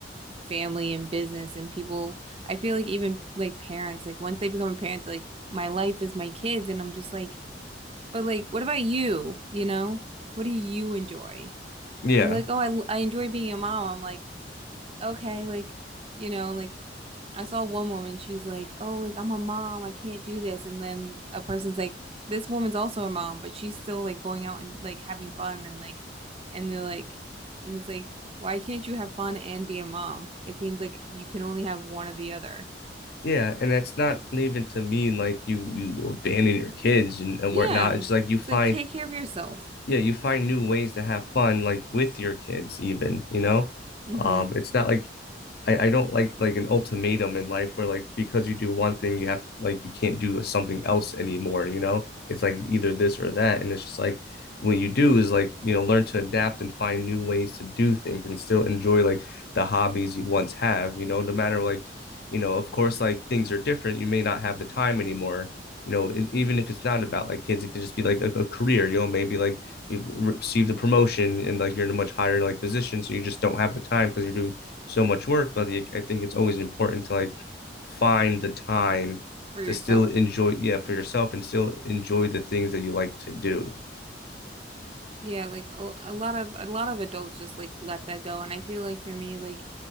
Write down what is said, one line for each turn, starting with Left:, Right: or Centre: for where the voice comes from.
Right: family and business and people. I feel like even like parents, like once they become a parent, they're like my life is my kids, and I'm just like, but like, what about you? You know, what do you enjoy?
Left: Yeah.
Right: And they're like, oh, I I enjoy being a mom. I'm like, okay, like, you know, like I saw one woman, she's like, oh, like I'm a mom, I can't do this. And then a person's like, this woman's also a mom, but she's still like going out and like having fun and like, and they're like, and it's like, why can't you have fun and be a mom? It seems like you can only have one or the other.
Left: Yeah, and that's not even to mean like you you abandon your kids and, and
Right: Yeah.
Left: whatnot. It's like you
Right: It's
Left: find
Right: like take care of yourself.
Left: yeah, you find new ways to have fun like with your kids even, you know?
Right: Mm-hmm.
Left: Um, it's not like I, I don't like like an ultimatum in life where like because you do one thing you have like you can't do something else anymore, you know? It's like either this or that. And it's just like what you do is like, you know, learn to adapt and find new ways to do things and still enjoy like the hobbies you once have, you know, no matter like, you know, of course, like things are different. You may not have the time anymore. You know, it, even if it's not about like kids, it could just be like a, a career, you know, maybe like you've received a promotion and like you're in a much higher like position. So you just don't have the time because you're doing so much work, but like, I think it's always important to like find the time
Right: For yourself.
Left: to still enjoy, yeah, for yourself and still enjoy the things that you like to do.
Right: Yeah, like a, a lot of a lot of adults just like let that go. And I feel like for me, like